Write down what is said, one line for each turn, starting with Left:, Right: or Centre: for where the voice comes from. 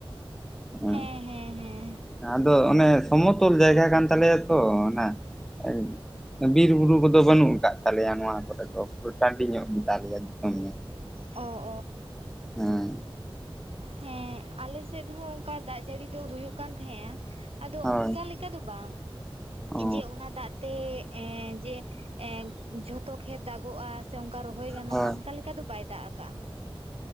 Centre: <unintelligible>
Right: ᱦᱮᱸ ᱦᱮᱸ ᱦᱮᱸ
Centre: ᱟᱫᱚ ᱚᱱᱮ ᱥᱚᱢᱚᱛᱚᱞ ᱡᱟᱭᱜᱟ ᱠᱟᱱ ᱛᱟᱞᱮᱭᱟ ᱛᱚ ᱚᱱᱟ <unintelligible> ᱵᱤᱨ ᱵᱩᱨᱩ ᱠᱚᱫᱚ ᱵᱟᱹᱱᱩᱜ ᱠᱟᱜ ᱛᱟᱞᱮᱭᱟ ᱱᱚᱣᱟ ᱠᱚᱨᱮ ᱫᱚ ᱯᱩᱨᱟᱹ ᱴᱟᱺᱰᱤ ᱧᱚᱜ ᱜᱮ ᱛᱟᱞᱮᱭᱟ ᱫᱤᱥᱚᱢ <unintelligible>
Right: ᱚ <unintelligible>
Centre: ᱦᱮᱸ
Right: ᱦᱮᱸ ᱟᱞᱮ ᱥᱮᱫ ᱦᱚᱸ ᱚᱱᱠᱟ ᱫᱟᱜ ᱡᱟᱹᱲᱤ ᱫᱚ ᱦᱩᱭᱩᱜ ᱠᱟᱱ ᱛᱟᱦᱮᱸᱜᱼᱟ ᱟᱫᱚ
Centre: ᱦᱳᱭ
Right: ᱚᱱᱠᱟ ᱞᱮᱠᱟ ᱫᱚ ᱵᱟᱝ ᱡᱮ
Centre: ᱚ
Right: ᱚᱱᱟ ᱫᱟᱜ ᱛᱮ ᱮᱸ ᱡᱮ ᱮᱸ ᱡᱷᱚᱛᱚ ᱠᱷᱮᱛ ᱫᱟᱜᱚᱜᱼᱟ᱾ ᱥᱮ ᱚᱱᱠᱟ ᱨᱚᱦᱚᱭ ᱜᱟᱱᱚᱜᱼᱟ
Centre: ᱦᱳᱭ
Right: ᱚᱱᱠᱟ ᱞᱮᱠᱟ ᱫᱚ ᱵᱟᱭ ᱫᱟᱜ ᱠᱟᱜᱼᱟ